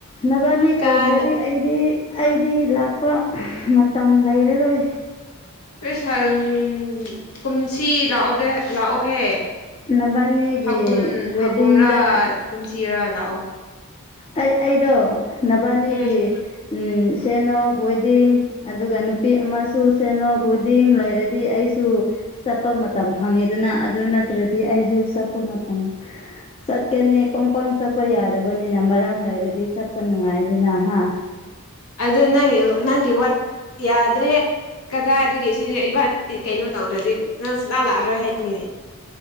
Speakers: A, on the left; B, on the left.
A: ꯅꯕꯥꯟꯅꯤ
B: ꯀꯥꯅꯕ
A: ꯇꯧꯗ꯭ꯔꯗꯤ ꯑꯩꯗꯤ ꯑꯩꯗꯤ ꯂꯥꯛꯄ ꯃꯇꯝ ꯂꯩꯔꯔꯣꯏ
B: <unintelligible> ꯀꯨꯝꯁꯤ ꯂꯥꯛꯑꯣꯗꯦ ꯂꯥꯛꯑꯣꯍꯦ
A: ꯅꯕꯅꯤꯒꯤ
B: ꯍꯀꯨꯝ
A: ꯋꯦꯗꯤꯡꯗ
B: ꯍꯀꯨꯝꯔꯥ ꯀꯨꯝꯁꯤꯔꯥ ꯂꯥꯛꯑꯣ
A: ꯑꯩ ꯑꯩꯗꯣ ꯅꯕꯥꯅꯤꯒꯤ
B: ꯎꯝ
A: ꯎꯝ ꯁꯦꯅꯣꯞ ꯋꯦꯗꯤꯡ ꯑꯗꯨꯒ ꯅꯨꯄꯤ ꯑꯃꯁꯨ ꯁꯦꯅꯣꯞ ꯋꯦꯗꯤꯡ ꯂꯩꯔꯗꯤ ꯑꯩꯁꯨ ꯆꯠꯄ ꯃꯇꯝ ꯐꯪꯉꯦꯗꯅ ꯑꯗꯨ ꯅꯠꯇ꯭ꯔꯗꯤ ꯑꯩꯁꯨ ꯆꯠꯄ ꯃꯇꯝ ꯆꯠꯀꯅꯦ ꯄꯪ ꯄꯪ ꯆꯠꯄ ꯌꯥꯗꯕ ꯗꯨꯅꯤꯅ ꯃꯔꯝ ꯂꯩꯔꯗꯤ ꯆꯠꯄ ꯅꯨꯡꯉꯥꯏꯗꯅ ꯍꯥ
B: ꯑꯗꯨ ꯅꯪꯪꯒꯤ ꯅꯪꯒꯤ ꯋꯥꯠ ꯌꯥꯗ꯭ꯔꯦꯍꯦ ꯀꯗꯥꯏꯗꯒꯤ ꯁꯤꯗꯤ ꯏꯕꯥꯅꯤꯗꯤ ꯀꯩꯅꯣ ꯇꯧꯗ꯭ꯔꯗꯤ ꯅꯪ ꯁꯨꯂꯥꯛ ꯂꯥꯛꯑꯔꯣꯏ ꯍꯥꯏꯕꯅꯤꯅꯦ